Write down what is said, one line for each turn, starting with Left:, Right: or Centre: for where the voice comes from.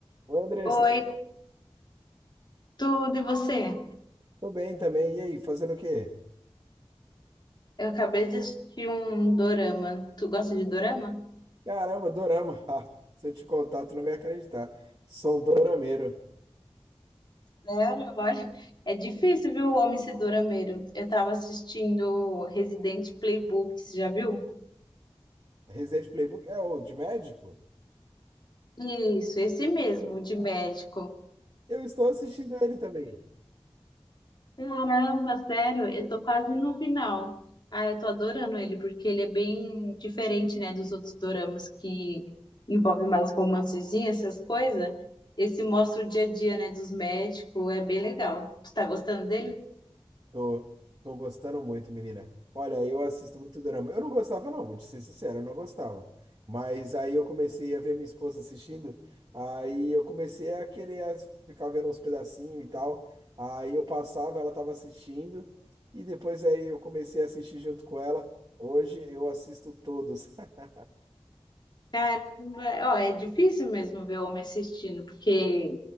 Right: Oi, Andressa.
Left: Oi, tudo e você?
Right: Tô bem também. E aí, fazendo o quê?
Left: Eu acabei de assistir um dorama. Tu gosta de dorama?
Right: Caramba, dorama. <laughs> Ah, se eu te contar, tu não vai acreditar. Sou um dorameiro.
Left: Sério? Olha, é difícil, viu, o homem ser dorameiro. Eu tava assistindo Resident Playbook, você já viu?
Right: Resident Playbook é o de médico?
Left: Isso, esse mesmo, o de médico.
Right: Eu estou assistindo ele também.
Left: Caramba, sério, eu tô quase no final. Ah, eu tô adorando ele, porque ele é bem diferente, né, dos outros doramas que envolvem mais romancezinhos, essas coisas. Esse mostra o dia a dia, né, dos médicos, é bem legal. Você tá gostando dele?
Right: Tô, tô gostando muito, menina. Olha, eu assisto muito drama. Eu não gostava, não, vou te ser sincero, eu não gostava. Mas aí eu comecei a ver minha esposa assistindo, aí eu comecei a querer as- ficar vendo uns pedacinhos e tal. Aí eu passava, ela tava assistindo, e depois aí eu comecei a assistir junto com ela. Hoje eu assisto todos. <laughs>
Left: Caramba, ó, é difícil mesmo ver homem assistindo, porque